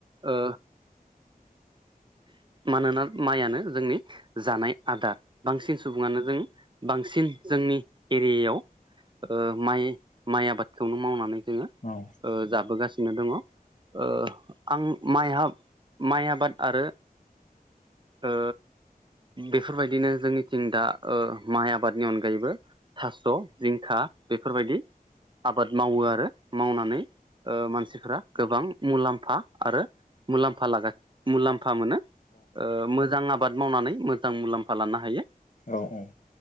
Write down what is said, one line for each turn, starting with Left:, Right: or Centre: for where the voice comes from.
Right: ओ मानोना माइयानो जोंनि जानाय आदार बांसिन सुबुङानो जों बांसिन जोंनि एरियायाव ओ माइ माइ आबादखौनो मावनानै जोंङो
Left: औ
Right: ओ जाबोगासिनो दङो ओ आं माइ हाब माइ आबाद आरो ओ बेफोरबायदिनो जोंनिथिं दा ओ माइ आबादनि अनगायैबो थास' जिंखा बेफोरबायदि आबाद मावो आरो मावनानै ओ मानसिफ्रा गोबां मुलाम्फा आरो मुलामफा लागा मुलाम्फा मोनो ओ मोजां आ आबाद मावनानै मोजां मुलाम्फा लानो हायो।
Left: औ औ